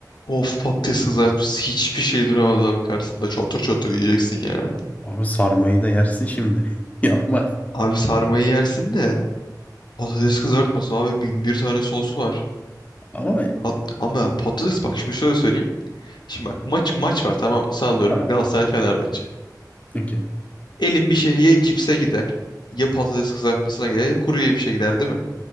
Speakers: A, on the left; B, on the left.
A: Of patates kızartması hiçbir şey duramaz abi karşısında. Çatır çatır yiyeceksin ya.
B: Abi sarmayı da yersin şimdi. <laughs> Yapma.
A: Abi sarmayı yersin de patates kızartması abi bin bir tane sos var.
B: Ama
A: Hat- ama patates bak şimdi şöyle söyleyeyim. Şimdi bak maç maç var tamam mı? Sallıyorum
B: tamam.
A: Galatasaray Fenerbahçe.
B: Okey.
A: Elim bir şey ya cipse gider ya patates kızartmasına gider ya kuru yemişe gider değil mi?